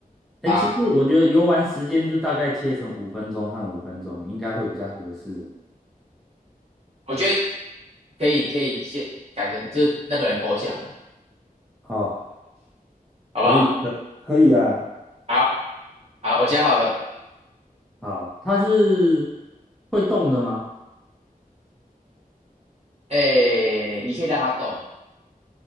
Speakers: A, in the centre; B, on the right.
A: 哎，
B: 好，
A: 其实我觉得游玩时间就大概切成五分钟和五分钟，应该会比较合适。
B: 我觉得可以，可以先改成就是那个人投降了，
A: 哦，
B: 好不好？
A: 可以，可可以啊。
B: 好，好，我想好了，
A: 好，它是会动的吗？
B: 哎，你可以让他动，